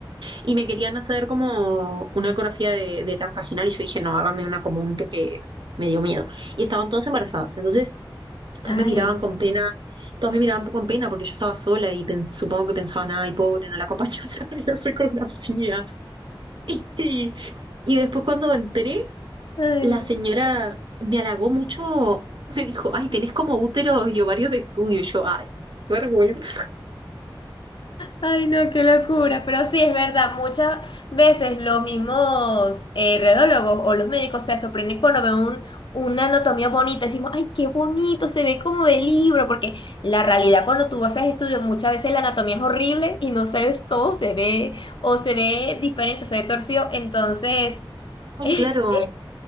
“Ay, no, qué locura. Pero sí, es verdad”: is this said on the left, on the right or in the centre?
Left